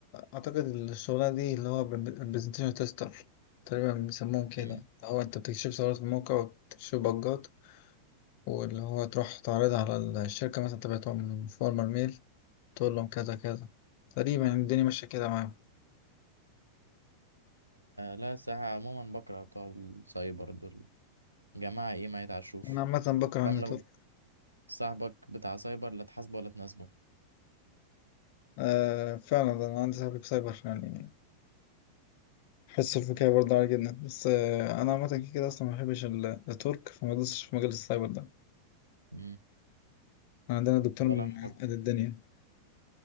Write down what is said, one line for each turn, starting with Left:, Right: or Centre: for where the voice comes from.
Left: اعتقد الشغلانه دي اللي هو برزنتيشن تيستر تقريبا بيسموهم كده
Right: امم
Left: هو انت بتكشف ثغرات في الموقع وبتكشف بجات واللي هو تروح تعرضها على الشركه مثلا تبعتهم فورمر ميل تقول لهم كذا كذا تقريبا يعني الدنيا ماشيه كده معاهم
Right: لا الصراحة عموما بكره بتوع السايبر دول جماعة ايه ما يتعشوش
Left: انا عامه بكره
Right: فاهم
Left: النتورك
Right: لو صاحبك بتاع سايبر لا تحاسبه ولا تناسبه
Left: آه فعلا ده انا عندي صاحبي في سايبر يعني حس الفكاهة برضه عالي جدا بس آه، انا عامه كده اصلا ما بحبش النتورك فما دوستش في مجال السايبر ده
Right: امم
Left: عندنا دكتور
Right: ولا
Left: معقد
Right: انا برضه
Left: الدنيا